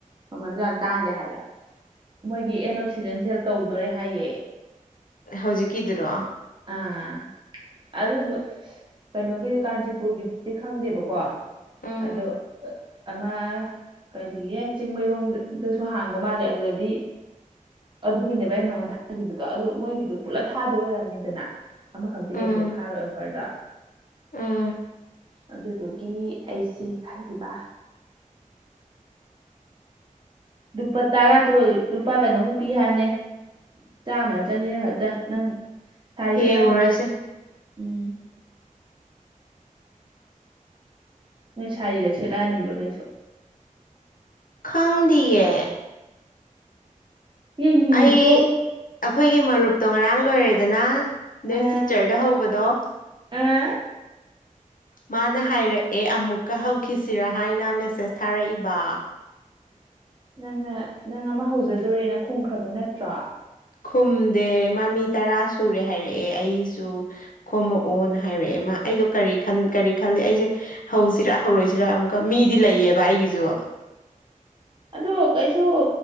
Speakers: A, on the right; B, on the left.
A: ꯃꯃꯟꯗꯣ ꯌꯥꯝ ꯇꯥꯡꯗꯦ ꯍꯥꯏꯕ ꯃꯣꯏꯒꯤ ꯑꯦꯟ ꯑꯣꯐ ꯁꯤꯖꯟꯁꯦꯜ ꯇꯧꯗꯣꯔꯦ ꯍꯥꯏꯌꯦ
B: ꯍꯧꯖꯤꯛꯀꯤꯗꯨꯔꯣ
A: ꯑꯥ ꯑꯗꯨꯕꯨ ꯀꯩꯅꯣꯒꯤꯗꯤ ꯀꯥꯟꯆꯤꯄꯨꯔꯒꯤꯗꯨꯗꯤ ꯈꯪꯗꯦꯕꯀꯣ
B: ꯎꯝ
A: ꯑꯗꯨ ꯑꯃ ꯀꯔꯤꯌꯦ ꯆꯤꯡꯃꯩꯔꯣꯡꯗꯁꯨ ꯍꯥꯡꯕ ꯃꯥꯜꯂꯦ ꯑꯗꯨꯗꯗꯤ ꯑꯗꯨꯒꯤꯅꯦꯕ ꯑꯩ ꯅꯉꯣꯟꯗ ꯊꯥꯒꯤꯕꯗꯣ ꯑꯗꯨ ꯃꯣꯏꯒꯤꯗꯣ ꯄꯨꯂꯞ ꯊꯥꯗꯣꯏ ꯑꯣꯏꯔꯝꯅꯤ ꯑꯗꯨꯅ ꯑꯃꯈꯛꯇꯤ ꯀꯩꯁꯨ
B: ꯎꯝ
A: ꯊꯥꯔꯣꯏ ꯑꯣꯐꯔꯗꯣ
B: ꯎꯝ
A: ꯑꯗꯨꯗꯨꯒꯤ ꯑꯩꯁꯤ ꯈꯜꯂꯤꯕ ꯂꯨꯄꯥ ꯇꯔꯥꯗꯣ ꯂꯨꯄꯥ ꯀꯩꯅꯣꯃ ꯄꯤ ꯍꯥꯢꯕꯅꯦ ꯆꯥꯃꯔ ꯆꯅꯤꯔ ꯈꯛꯇꯪ ꯅꯪ ꯁꯥꯔꯤ
B: ꯌꯦꯡꯉꯨꯔꯁꯦ
A: ꯁꯦꯠꯅꯕ ꯂꯩꯌꯨ ꯎꯝ ꯅꯣꯏ ꯁꯥꯔꯤꯒ ꯁꯦꯠꯂꯛꯑꯅꯤꯕ ꯀꯩꯁꯨ
B: ꯈꯪꯗꯤꯌꯦ
A: ꯌꯦꯡꯅꯤꯡꯉꯤꯀꯣ
B: ꯑꯩ ꯑꯈꯣꯏꯒꯤ ꯃꯔꯨꯞꯇꯣ ꯉꯔꯥꯡ ꯂꯣꯏꯔꯦꯗꯅ ꯅꯣꯢ
A: ꯑ
B: ꯁꯤꯁꯇꯔꯒ ꯍꯧꯕꯗꯣ
A: ꯑ
B: ꯃꯥꯅ ꯍꯥꯏꯔꯛꯑꯦ ꯑꯃꯨꯛꯀ ꯍꯧꯈꯤꯁꯤꯔꯥ ꯍꯥꯏꯅ ꯃꯦꯁꯦꯁ ꯊꯥꯔꯛꯏꯕ
A: ꯅꯪꯅ ꯅꯪ ꯑꯃ ꯍꯧꯖꯗꯣꯔꯦꯅ ꯈꯨꯝꯈ꯭ꯔꯕ ꯅꯠꯇ꯭ꯔꯣ
B: ꯈꯨꯝꯗꯦ ꯃꯥ ꯃꯤ ꯇꯔꯥ ꯁꯨꯔꯦ ꯍꯥꯏꯔꯛꯑꯦ ꯑꯩꯁꯨ ꯈꯣꯝꯃꯛꯑꯣꯅ ꯍꯥꯏꯔꯛꯑꯦ ꯃꯥ ꯑꯩꯗꯣ ꯀꯔꯤ ꯀꯔꯤ ꯈꯜꯂꯤ ꯑꯩꯁꯦ ꯍꯧꯁꯤꯔꯥ ꯍꯧꯔꯣꯏꯁꯤꯔꯥ ꯑꯃꯨꯛꯀ ꯃꯤꯗꯤ ꯂꯩꯌꯦꯕ ꯑꯩꯒꯤꯁꯨ
A: ꯑꯗꯣ ꯀꯩꯁꯨ